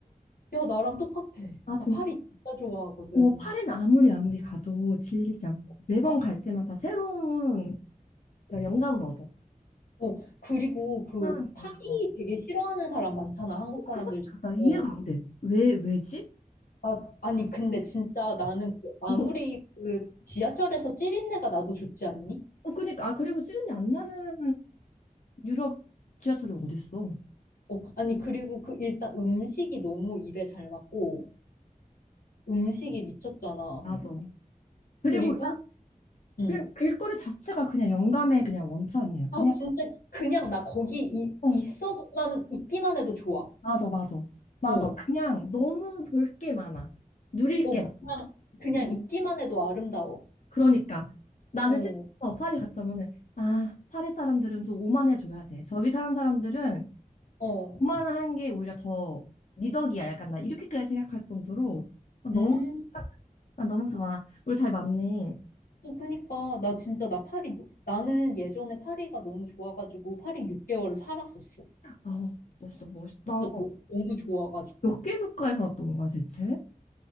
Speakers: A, on the left (about 75°); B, on the left (about 55°).
A: 야, 나랑 똑같아.
B: 아, 진짜?
A: 나 파리 진짜 좋아하거든.
B: 어, 파리는 아무리 아무리 가도 질리지 않고, 매번 갈 때마다 새로운 그런 영감을 얻어.
A: 어, 그리고 그
B: 하는구나.
A: 파이 되게 싫어하는 사람 많잖아, 한국
B: 그러니까
A: 사람들 중에.
B: 나 이해가
A: 어,
B: 안 돼. 왜, 왜지?
A: 아, 아니, 근데 진짜 나는 그 아무리
B: 어,
A: 그 지하철에서 찌린내가 나도 좋지 않니?
B: 어, 그러니까, 아, 그리고 찌른내 안 나는 유럽 지하철이 어딨어.
A: 어, 아니, 그리고 그 일단 음식이 너무 입에 잘 맞고, 음식이 미쳤잖아.
B: 어, 맞아. 그리고
A: 그리고, 음.
B: 그냥 그냥 길거리 자체가 그냥 영감의 그냥 원천이야.
A: 아,
B: 그냥,
A: 진짜 그냥 나 거기 이,
B: 어,
A: 있어만, 있기만 해도 좋아.
B: 맞아, 맞아. 맞아.
A: 어,
B: 그냥 너무 볼 게 많아. 누릴
A: 어,
B: 게
A: 그냥,
B: 많아.
A: 그냥 있기만 해도 아름다워.
B: 그러니까. 나는
A: 어,
B: 심지어 파리 갔다 오면은, 아, 파리 사람들은 좀 오만해줘야 돼. 저기 사는 사람들은
A: 어.
B: 오만한 게 오히려 더 미덕이야. 약간 나 이렇게까지 생각할 정도로 너무
A: 음.
B: 아, 너무 좋아. 우리 잘 맞네.
A: 어, 그니까, 나 진짜, 나 파리, 너- 나는 예전에 파리가 너무 좋아가지고, 파리 6개월을 살았었어.
B: 아, 너 진짜 멋있다.
A: 진짜 너, 무 좋아가지고.
B: 몇 개 국가에 살았던 거야, 대체?